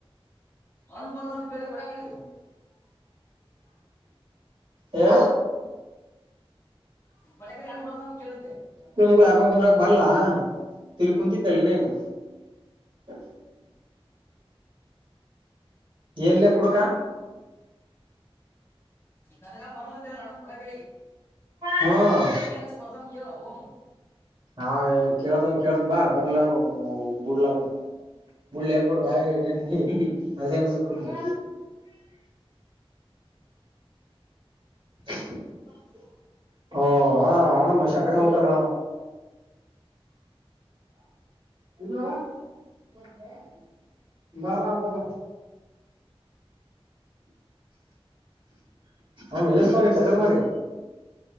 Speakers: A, on the left (about 25°); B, on the right (about 50°).
A: ಅನುುವರ್ಧನ್ ಕೇಳಿ ಕಡ ಕೇಳಿದ್ರು
B: ಹಾ
A: ಪಟಕ ಹೆಣ ಬತ ಕೇಳ್ದೆ
B: ಹಾಕೊಂಡ ಕುಂದ್ ಹಾಕ ಬರ್ಲಾ ತಿಲ್ಲಿ ಕುಂತಿದ್ದಲ್ಲಿ ಹ್ಮ ಹ್ಮ ಏನ್ಲ್ಲೇ ಕುಡ್ಕ
A: ನನ್ಗ ಬರ್ಲಂತಲ್ಲ ನಾನ ಕೊಡಕಗ
B: ಹ್ಮ್
A: ನೀ ಯಚ್ಚ ಬರ್ತನ್ ಕೇಳ ಹನು
B: ಹಾ ಕೇೇಳತನ್ ಕೇಳತ ಬಾ ಬರ್ಲ ಬ ಬಿಡ್ಲಕ್ಕ ಮುುಡ್ ಲಕೂಡ ಬ್ಯಾಗ ಹಟಿ ಅದೇನು ಸುಕ್ಕದೆ <inaudible> ಓ ಆ ಆಣ ಶಟಗಾ ಮಟ ನ <inaudible> ಬಾ ಬ ಹ ಯಸ್್ ಮಾಡಡಿ ಟಗರ್ ಮರಿ